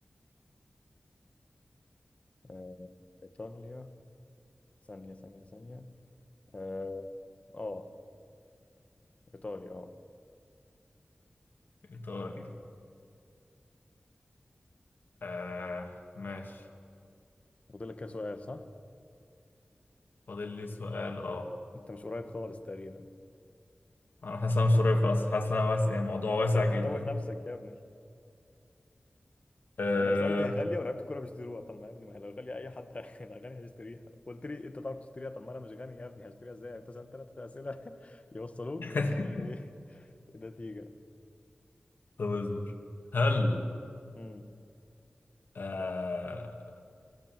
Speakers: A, on the left; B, on the left.
A: آه إيطاليا ثانية ثانية ثانية آه, آه إيطاليا آه
B: إيطالي آه ماشي
A: فاضلك كده سؤال صح؟
B: فاضل لي سؤال اه
A: أنت مش قريب خالص تقريبا
B: انا حاسس إن أنا مش قريب خالص حاسس إن أنا واسع يعني موضوع واسع
A: أنت قاعد
B: جدا
A: تتوه نفسك يا ابني
B: أه...
A: يعني سألت هي غالية ولاعيبة الكورة بيشتروها طب ما يا ابني ما هي لو غالية أي حد <laughs> هيبقى غني هيشتريها قلت لي أنت تعرف تشتريها طب ما أنا مش غني يا ابني هشتريها إزاي؟ أنت سألت ثلاث أسئلة <laughs> يوصلوك
B: <laughs>
A: نفس الإيه النتيجة
B: طب اصبر هل
A: امم
B: اه